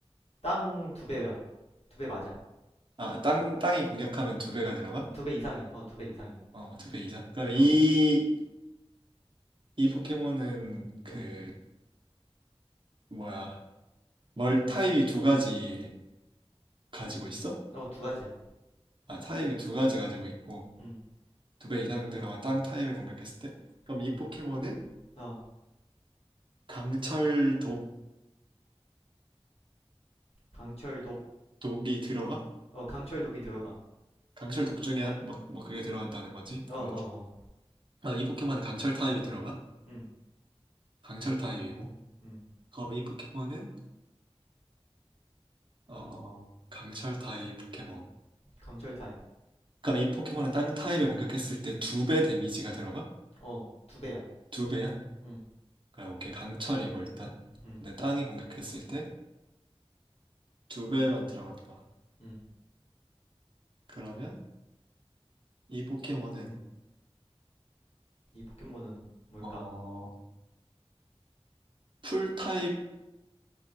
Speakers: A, on the left (about 85°); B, on the right (about 55°).
A: 땅 두 배야. 두 배 맞아.
B: 아, 땅 땅이 공략하면 두 배가 들어가?
A: 음, 두배 이상이야. 어, 두 배 이상이야.
B: 어, 두 배 이상. 그럼 이
A: 어.
B: 이 포켓몬은 그
A: 음.
B: 뭐야? 멀 타입이 두 가지 가지고 있어?
A: 어, 두 가지야.
B: 아, 타입이 두 가지 가지고 있고
A: 음.
B: 두 배 이상 들어가 땅 타입을 공격했을 때 그럼
A: 음.
B: 이 포켓몬은
A: 어.
B: 강철 독
A: 강철독.
B: 독이 들어가?
A: 어, 강철독이 들어가.
B: 강철 독 중에 뭐, 뭐 그게 들어간다는 거지.
A: 어, 어,
B: 음.
A: 어.
B: 아, 이 포켓몬은 강철 타입이 들어가?
A: 음.
B: 강철 타입이고
A: 음.
B: 그럼 이 포켓몬은 어 강철 타입 포켓몬.
A: 강철 타입.
B: 그럼 이 포켓몬은 땅 타입을 공격했을 때 두 배 데미지가 들어가?
A: 어, 두 배야.
B: 두 배야?
A: 음.
B: 그럼 오케이 강철이고 일단
A: 음.
B: 근데 땅이 공격했을 때 두 배만 들어간다.
A: 음.
B: 그러면 이 포켓몬은
A: 이 포켓몬은 뭘까?
B: 어 풀타입